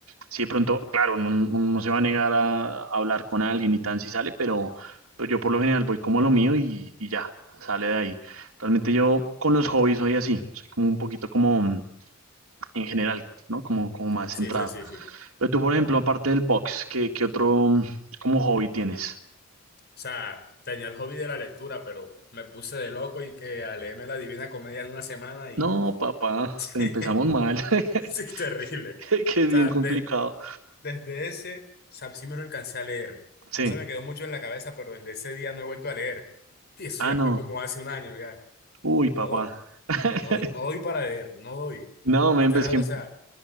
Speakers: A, on the right; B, on the left.
A: Si de pronto, claro, no, no- no se va a negar a, a hablar con alguien y tan si sale, pero, pero yo por lo general voy como a lo mío y, y ya, sale de ahí. Realmente yo con los hobbies soy así, soy como un poquito como mm, en general, ¿no? Como, como más
B: Sí,
A: centrado.
B: sí, sí, sí.
A: Pero tú, por ejemplo, aparte del box, ¿qué, qué otro mm, como hobby tienes?
B: O sea, tenía el hobby de la lectura, pero me puse de loco y que a leerme la Divina Comedia en una semana y
A: No, papá,
B: <laughs> sí,
A: pero empezamos mal, <laughs>
B: sí, es terrible.
A: que es
B: O sea,
A: bien complicado.
B: de- desde ese, o sea, sí me lo alcancé a leer.
A: Sí.
B: No se me quedó mucho en la cabeza, pero desde ese día no he vuelto a leer. <laughs> Y eso
A: Ah,
B: ya
A: no.
B: fue como hace un año, ya.
A: Uy,
B: No,
A: papá. <laughs>
B: no, no doy para leer, no doy.
A: No, men,
B: Literal,
A: pues que
B: o sea,